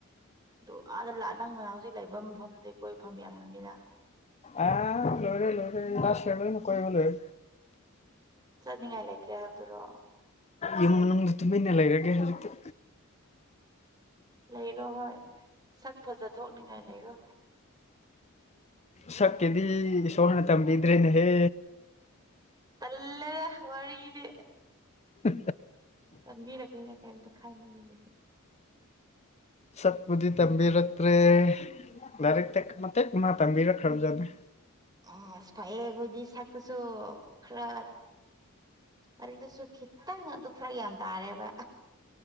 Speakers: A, on the right; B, on the left.
A: ꯑꯗꯨ ꯑꯥꯗ ꯂ ꯅꯪꯅ ꯍꯧꯖꯤꯛ ꯂꯩꯕ ꯃꯐꯝꯗꯨꯗꯤ ꯀꯣꯏꯕꯐꯝ ꯌꯥꯝꯅꯤꯅ꯫
B: ꯑ ꯂꯣꯏꯔꯦ ꯂꯣꯏꯔꯦ ꯂꯥꯁ ꯌꯔꯗ ꯀꯣꯏꯕꯨ ꯂꯣꯏ꯫
A: ꯆꯠꯅꯤꯡꯉꯥꯏ ꯂꯩꯇ꯭ꯔꯦ ꯍꯥꯏꯕꯗꯨꯔꯣ
B: ꯏ ꯅꯪꯗ ꯇꯨꯝꯃꯤꯟꯅ ꯂꯩ ꯏꯔꯒꯦ ꯍꯥꯏꯛꯇ
A: ꯂꯩꯔꯣ ꯍꯣꯏ ꯁꯛ ꯐꯖ ꯊꯣꯛꯣꯛꯅꯤꯡꯉꯥꯏ ꯂꯩꯔꯣ
B: ꯁꯛꯀꯤꯦꯗꯤ ꯁꯣꯍꯅ ꯇꯝꯕꯤꯗ꯭ꯔꯦꯅꯦꯍꯦ
A: ꯅꯂꯅ ꯋꯥꯗꯤ
B: ꯎ
A: ꯇꯝꯕꯤꯔꯛꯒꯅꯤꯅ ꯀꯩꯝꯇ ꯈꯥꯏꯅꯣ ꯑꯗꯨꯕꯁꯦ
B: ꯁꯛꯄꯨꯗꯤ ꯇꯝꯕꯤꯔꯛꯇ꯭ꯔꯦ ꯂꯔ ꯇꯦꯛ ꯃꯦꯛ ꯃꯥ ꯇꯕꯤꯔ ꯈꯔꯖꯅꯦ
A: ꯑꯁ ꯐꯥꯏꯌꯦ ꯀꯣꯏꯗꯤ ꯊꯛꯇꯁꯨ ꯈꯔ ꯑꯗꯨꯗꯨꯁꯨ ꯈꯤꯇꯪ ꯑꯗꯨ ꯐꯔ ꯌꯥꯝ ꯇꯥꯔꯦꯕ